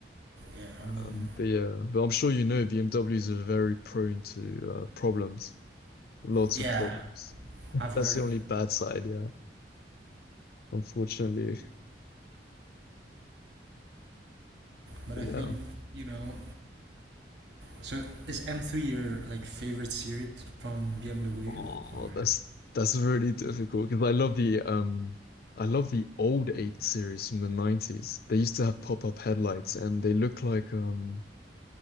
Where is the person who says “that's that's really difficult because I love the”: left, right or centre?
Left